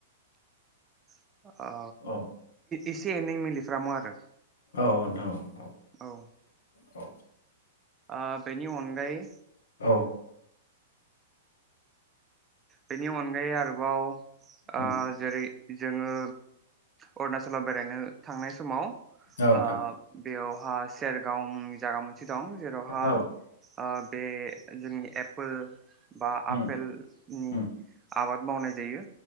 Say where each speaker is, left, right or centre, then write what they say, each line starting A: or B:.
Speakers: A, on the right; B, on the left.
A: <inaudible> आ
B: औ
A: एसे एनै मिफ्रामो आरो
B: औ नोंथां औ।
A: औ।
B: औ
A: आ बेनि अनगायै
B: औ।
A: बेनि अनगायै आरोबाव ओ
B: उम
A: जेरै जोङो अरुनाचलाव बेरायनो थांनाय समाव ओ
B: औ नोंथां
A: बेयावहा सेरगाव जागौमोन। औ गोनांथि जेरावहाय
B: औ
A: बे जोंनि एप्पोल बा
B: उम
A: आपेल हम
B: उम
A: आबाद मावनाय जायो।